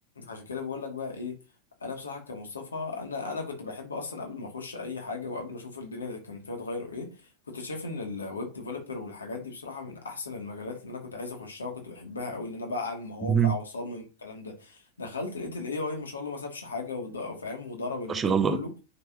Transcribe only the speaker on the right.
أمم.
ما شاء الله